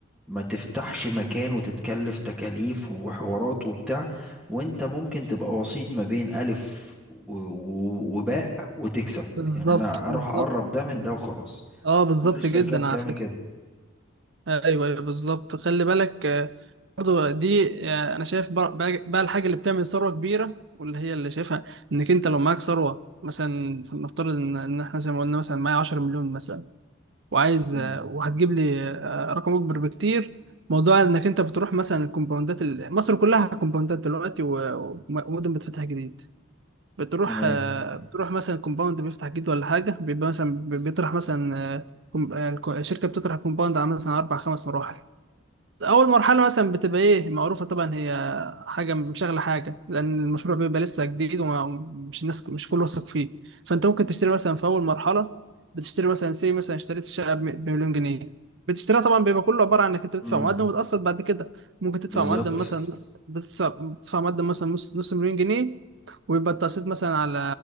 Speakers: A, in the centre; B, on the right.
A: ما تفتحش مكان وتتكلف تكاليف وحوارات وبتاع وانت ممكن تبقى وسيط ما بين الف و- و- وباء وتكسب
B: بالظبط
A: يعني انا اروح
B: بالظبط
A: اقرب ده من ده وخلاص
B: اه بالظبط
A: كل الشركات
B: جدا
A: بتعمل
B: على فكره
A: كده
B: ايوه ايوه بالظبط خلي بالك آه، برضو دي آه، انا شايف بقى بقى- بقى الحاجه اللي بتعمل ثروه كبيره واللي هي اللي شايفها انك انت لو معاك ثروه مثلا نفترض ان إن احنا زي ما قلنا مثلا معايا 10 مليون مثلا وعايز
A: مم.
B: آه، وهتجيب لي آه، رقم اكبر بكتير موضوع انك انت بتروح مثلا الكومباوندات ال- مصر كلها كومباوندات دلوقتي و- وم- ومدن بتفتح جديد بتروح
A: تمام
B: آه، بتروح مثلا كومباوند بيفتح جديد ولا حاجه بيبقى مثلا بيطرح مثلا آه، كوم- آه، الكو- الشركه بتطرح كومباوند على مثلا اربع خمس مراحل اول مرحله مثلا بتبقى ايه معروفه طبعا هي حاجه مشغله حاجه لان المشروع بيبقى لسه جديد ومش الناس مش كله واثق فيه فانت ممكن تشتري مثلا في اول مرحله بتشتري مثلا سي مثلا اشتريت الشقه بم- بمليون جنيه بتشتريها طبعا بيبقى كله عباره عن انك انت بتدفع
A: مم.
B: مقدم وبتقسط بعد كده ممكن تدفع
A: بالظبط
B: مقدم مثلا بتدفع بتدفع مقدم مثلا نص نص مليون جنيه ويبقى التقسيط مثلا على